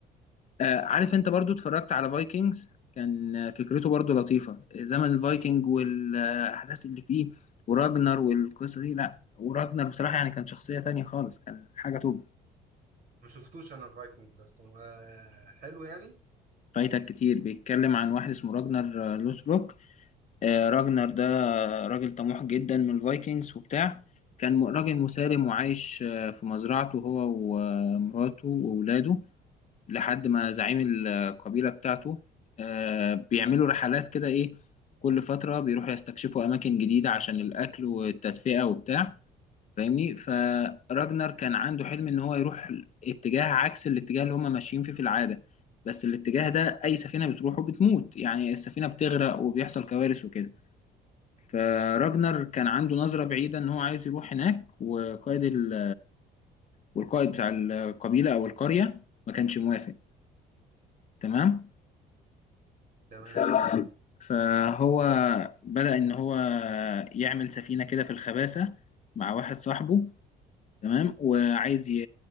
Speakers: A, on the left; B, on the right.
A: آه، عارف انت برضو اتفرجت على فايكنجز كان آه، فكرته برضو لطيفة زمن الفايكنج والأحداث اللي فيه وراجنر والقصة دي لا وراجنر بصراحة يعني كان شخصية تانية خالص كان حاجة توب
B: ما شفتوش انا الفايكنجز ده طب آه، حلو يعني
A: فايتك كتير بيتكلم عن واحد اسمه راجنر آه، لوثبروك آه، راجنر ده راجل طموح جدا من الفايكنجز وبتاع كان م- راجل مسالم وعايش آه، في مزرعته هو ومراته وأولاده لحد ما زعيم القبيلة بتاعته آه، بيعملوا رحلات كده إيه كل فترة بيروحوا يستكشفوا أماكن جديدة عشان الأكل والتدفئة وبتاع فاهمني فراجنر كان عنده حلم إن هو يروح اتجاه عكس الاتجاه اللي هما ماشيين فيه في العادة بس الاتجاه ده أي سفينة بتروحه بتموت يعني السفينة بتغرق وبيحصل كوارث وكده فراجنر كان عنده نظرة بعيدة إن هو عايز يروح هناك وقائد ال... والقائد بتاع القبيلة أو القرية ما كانش موافق تمام
B: تمام
A: ف... فهو بدأ إن هو يعمل سفينة كده في الخباسة مع واحد صاحبه تمام وعايز ي...